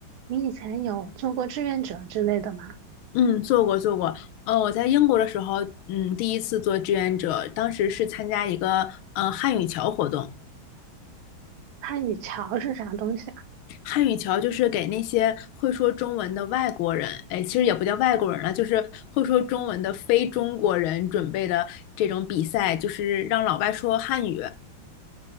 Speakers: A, on the right; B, on the left.
A: 你以前有做过志愿者之类的吗？
B: 嗯，做过做过。呃，我在英国的时候，嗯，第一次做志愿者，当时是参加一个呃汉语桥活动。
A: 汉语桥是啥东西啊？
B: 汉语桥就是给那些会说中文的外国人，哎，其实也不叫外国人了，就是会说中文的非中国人准备的这种比赛，就是让老外说汉语。